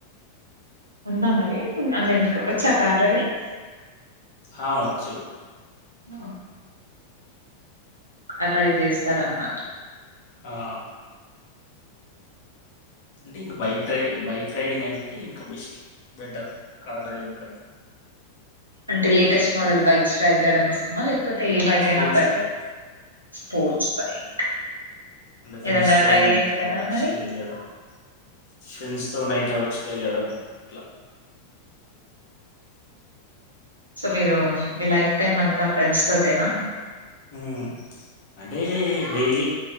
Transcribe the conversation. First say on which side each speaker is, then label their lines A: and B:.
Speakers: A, on the right (about 80°); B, on the left (about 45°).
A: ఉందా మరి అంటే మీకు వచ్చా కార్ డ్రైవింగ్
B: హా వచ్చు
A: ఆ అ డ్రైవ్ చేస్తరన్మాట
B: ఆ అంటే ఇంక బైక్ డ్రై బైక్ డ్రైవింగ్ అంటే ఇంకా బెస్ట్ బెటర్ కార్ డ్రైవింగ్ కంటె
A: అంటే లేటెస్ట్ మోడల్ బైక్స్ ట్రై చేయడం ఇస్తమా లేకపోతే ఏ బైక్
B: స్పోర్ట్స్
A: అయినా పర్లేదా?
B: బైక్
A: స్పోర్ట్స్ బైక్
B: అంటే ఫ్రెండ్స్
A: ఏదన్నా
B: తో
A: ట్రై
B: నైట్
A: చేసారా
B: అవుట్స్
A: మరి
B: వెళ్ళడం ఫ్రెండ్స్ తో నైట్ అవుట్స కెళ్ళడం అట్ల
A: సొ మీరు మీ లైఫ్ టైమ్ అంతా ఫ్రెండ్స్ తోటేనా
B: హుం అంటే డైలీ